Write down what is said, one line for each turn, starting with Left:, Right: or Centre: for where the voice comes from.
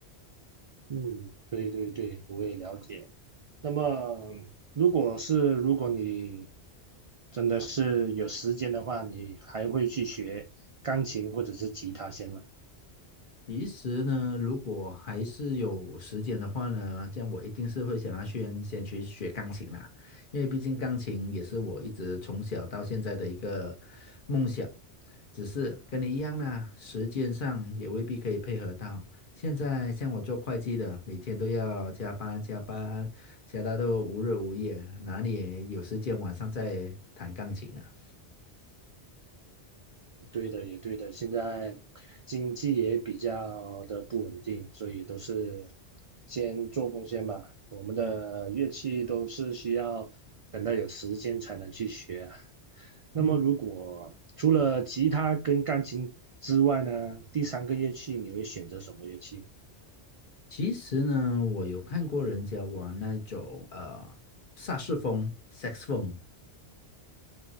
Right: 嗯，对对对，我也了解。那么，如果是如果你真的是有时间的话，你还会去学钢琴或者是吉他先吗？
Left: 其实呢，如果还是有时间的话呢，这样我一定是会想要先先去学钢琴啦，因为毕竟钢琴也是我一直从小到现在的一个梦想，只是跟你一样啦，时间上也未必可以配合到。现在像我做会计的，每天都要加班加班，加到都无日无夜，哪里有时间晚上再弹钢琴啊？
Right: 对的，也对的。现在经济也比较的不稳定，所以都是先做贡献吧。我们的乐器都是需要等到有时间才能去学啊。那么，
Left: 嗯。
Right: 如果除了吉他跟钢琴之外呢，第三个乐器你会选择什么乐器？
Left: 其实呢，我有看过人家玩那种呃萨士风 s e x 风